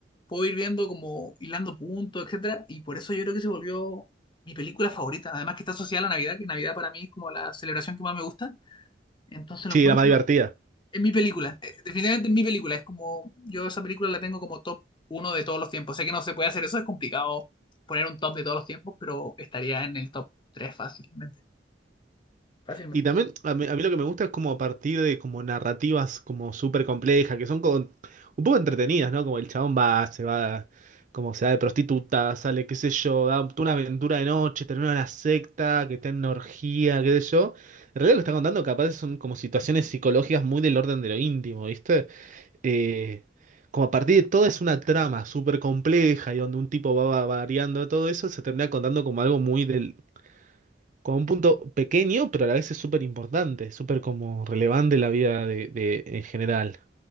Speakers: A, on the left (about 25°); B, on the right (about 45°).
A: puedo ir viendo como hilando puntos, etcétera. Y por eso yo creo que se volvió mi película favorita. Además que está asociada a la Navidad, que Navidad para mí es como la celebración que más me gusta. Entonces lo
B: sí,
A: encuentro
B: la más divertida.
A: es mi película, eh, definitivamente es mi película. Es como, yo esa película la tengo como top uno de todos los tiempos. Sé que no se puede hacer eso, es complicado poner un top de todos los tiempos, pero estaría en el top 3 fácilmente. Fácilmente.
B: Y también a mí, a mí lo que me gusta es como a partir de como narrativas como súper complejas, que son como un poco entretenidas, ¿no? Como el chabón va, se va, como se va de prostituta, sale, qué sé yo, da toda una aventura de noche, termina en una secta, que está en una orgía, qué sé yo. En realidad lo que está contando capaz son como situaciones psicológicas muy del orden de lo íntimo, ¿viste? eh, como a partir de todo es una trama súper compleja y donde un tipo va, va variando todo eso, se termina contando como algo muy del, como un punto pequeño, pero a la vez es súper importante, súper como relevante en la vida de, de- en general.